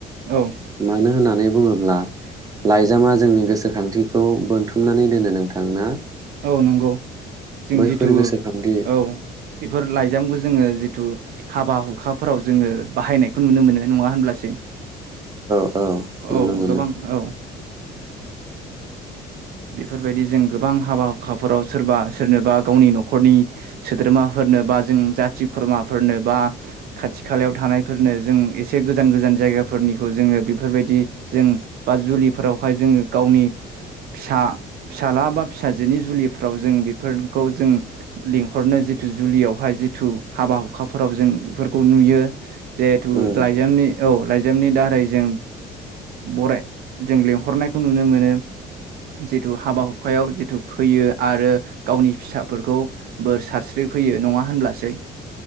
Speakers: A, on the right; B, on the right.
A: औ
B: मानो होननानै बुङोब्ला लाइजामा जोंनि गोसोखांथिखौ बोनथुमनानै दोनो नोंथां ना।
A: औ नंगौ। जों
B: बैफोर
A: जिथु
B: गोसोखांथि
A: औ बेफोर लाइजामखौ जोङो जिथु हाबा हु खाफोराव जोङो बाहायनायखौ नुनो मोनो। नङा होनब्लासै।
B: औ। नुनो
A: औ
B: मोनो
A: गोबां औ। बेफोरबायदि जों गोबां हाबा हुखाफोराव सोरबा सोरनोबा गावनि न'खरनि सोद्रोमाफोरनो बा जों जाथि खुरमाफोरनो बा खाथि खालायाव थानायफोरनो जों एसे गोजान गोजान जायगाफोरनिखौ जोङो बेफोरबायदि जों बा जुलिफोरावहाय जोङो गावनि फिसा फिसाला बा फिसाजोनि जुलिफ्राव जों बेफोरखौ जों लिंहरनो जिथु जुलियावहाय जिथु हाबा हुखाफोराव जों बेफोरखौ नुयो। जिहेथु
B: उम
A: लाइजामनि
B: उम
A: औ लाइजा जामनि दारै जों बराय जों लिंहरनायखौ नुनो मोनो। जों जिथु हाबा हुखायाव जिथु फैयो आरो गावनि फिसाफोरखौ बोर सारस्रि फैयो नङा होनब्लासै?